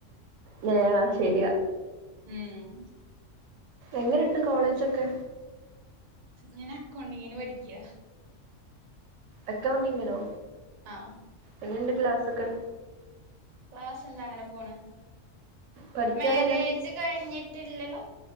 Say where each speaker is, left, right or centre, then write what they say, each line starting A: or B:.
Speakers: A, on the right; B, on the right.
A: നേര ശരിയാ.
B: ഉം
A: എങ്ങനുണ്ട് കോളേജൊക്കെ?
B: ഞാൻ അക്കൗണ്ടിങ്ങിന് പഠിക്ക.
A: അക്കൗണ്ടിംങ്ങിനോ?
B: ആഹ്
A: എങ്ങനെയുണ്ട് ക്ലാസ്സൊക്കെ?
B: ക്ലാസ് എന്താ അങ്ങനെ പോണ്
A: പഠിക്കാൻ
B: മാരേജ് കഴിഞ്ഞിട്ടില്ലല്ലോ?